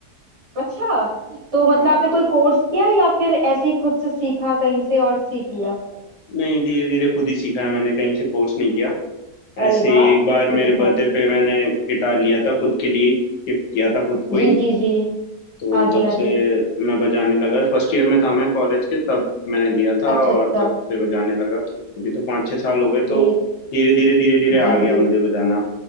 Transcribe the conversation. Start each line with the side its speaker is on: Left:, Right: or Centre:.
Right: अच्छा तो मतलब
Left: हाँ
Right: आपने कोई
Left: तो
Right: कोर्स किया या फिर ऐसे ही खुद से सीखा कहीं से और सीख लिया
Left: अ, नहीं धीरे धीरे खुद ही सीखा है मैंने कहीं से कोर्स नहीं किया
Right: अरे
Left: ऐसे
Right: वाह
Left: ही एक बार
Right: ये
Left: मेरे
Right: तो बहुत
Left: बर्थडे पे मैंने गिटार लिया था खुद के लिए गिफ्ट किया था खुद को
Right: जी
Left: ही
Right: जी जी
Left: तो
Right: हाँ
Left: तब
Right: जी हाँ
Left: से
Right: जी
Left: मैं बजाने लगा फर्स्ट ईयर में था मैं कॉलेज के तब मैंने लिया था
Right: अच्छा
Left: और
Right: अच्छा
Left: तब से बजाने लगा तो अभी तो पाँच छः साल हो गए
Right: जी
Left: तो धीरे धीरे धीरे धीरे आ
Right: जी
Left: गया
Right: जी
Left: मुझे बजाना